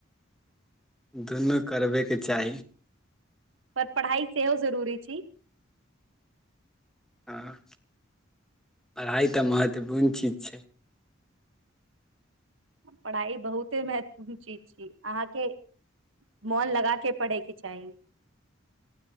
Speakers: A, in the centre; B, on the right (about 85°).
A: दुनू करबे के चाही
B: पर पढ़ाइ सेहो जरूरी छी
A: हँ, पढ़ाई तऽ महत्वपूर्ण चीज छै
B: पढ़ाई बहुते महत्वपूर्ण चीज छी अहाँके मोन लगा के पड़ेके चाही